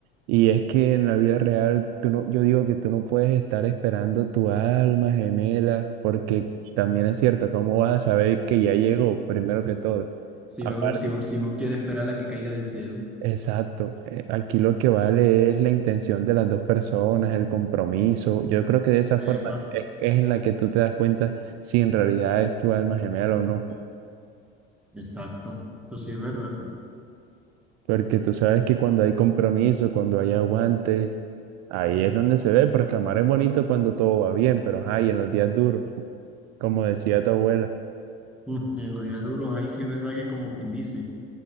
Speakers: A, on the right; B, in the centre.
A: Y es que en la vida real, tú no, yo digo que tú no puedes estar esperando tu alma gemela, porque también es cierto, ¿cómo vas a saber que ya llegó primero que todo?
B: Si
A: Aparte,
B: va- si, va- si no quiere esperar a la que caiga del cielo.
A: exacto. eh, Aquí lo que vale es la intención de las dos personas, el compromiso. Yo creo que de esa forma
B: Epa,
A: es, es en la que tú te das cuenta si en realidad es tu alma gemela o no.
B: exacto. Eso sí es verdad.
A: Porque tú sabes que cuando hay compromiso, cuando hay aguante, ahí es donde se ve, porque amar es bonito cuando todo va bien, pero ajá, y en los días duros, como decía tu abuela.
B: Mm, en los días duros, ahí sí es verdad que como quien dice.